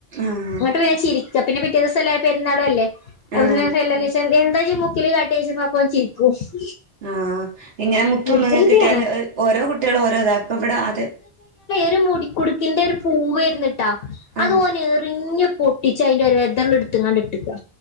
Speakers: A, on the right; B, on the left.
A: ആഹ്
B: ങ്ങോട്ട് പോയെ ചിരിക്ക പിന്നെ പിറ്റേ ദിവസം എല്ല പെരുന്നാള് അല്ലേ അത്
A: ആഹ്
B: പിന്നെ <unintelligible> എന്താ ജി മുക്കില് കാട്ടി യ്ച്ചപ്പൊ അപ്പൊ ഓൻ ചി <unintelligible>
A: ആഹ് ഇങ്ങനെ മുത്തൊന്ന്
B: വികൃതിയാണ്
A: കിട്ടിയാല് ഹ് ഓരോ കുട്ട്യേളും ഓരോ താ പ്പൊ ഇവിടെ അത്
B: ത് മുടിക്കുടുക്കിന്റെ ഒരു പൂവായ്രുന്നു ട്ട
A: ആഹ്
B: അത് ഓനെറിഞ്ഞ് പൊട്ടിച്ച് അയിന്റെ ഒരെദള് എടുത്ത്ങ്ങാണ്ട്ട്ട്ക്ക